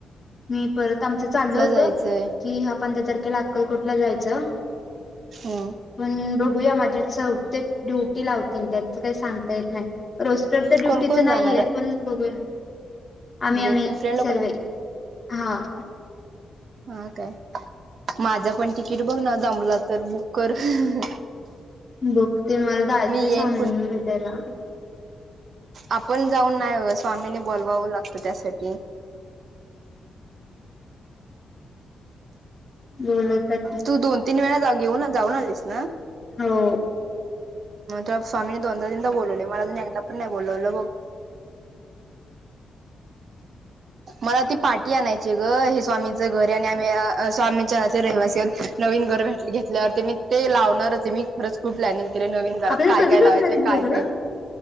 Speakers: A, on the left; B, on the right.
A: मी परतं आमचं चाललं होतं
B: जायचंय.
A: कि हां पंधरा तारखेला अक्कलकोटला जायचं
B: हम्मं
A: पणं बघूंयात माझी चहतेक ड्युंटी लावतील त्यांनी कांहीं सांगता येतं नाहीं रोस्टंर तरं ड्युंटीच
B: कोण कोण
A: नाहींये
B: जाणार आहे?
A: पणं बघं आम्हीं
B: म्हणजे
A: आम्हीं
B: तुम्ही फ्रेंड लोक
A: सर्वे
B: जाणार
A: हां
B: हां कायं माझां पणं तिकीट बघं नां जमलं तरं बुंक करं
A: बघते मलादं येतं
B: येईन
A: स्वामीनी भेटांयला
B: आपणं जाऊंन नाहीं स्वामीनी बोलवावं लागतं त्यांसाठी
A: बोलवतात ते
B: तूं दोन तीनं वेळां जाऊं घेऊंन जाऊंन आलीस नां
A: हो
B: तरं स्वामीने दोनदां तीनदां बोलवले मलां अजूंन एकदां पणं नाहीं बोललावलं बघं
A: <inaudible> <unintelligible>
B: मलां ती पाठी आणांयची गं हे स्वामींचं घरं आहे आणि आम्हीं स्वामींच्या नां रहिवासी आहेतं नवीन घरं घेतल्यांवर ते मी ते लावणांरचं मी खंच खूंप प्लॅनिंग केले नवीन घरांत
A: आपल्याला
B: कायं
A: कधी
B: कायं लावायचं
A: भेटणार आहेत
B: कायं
A: घरं
B: कायं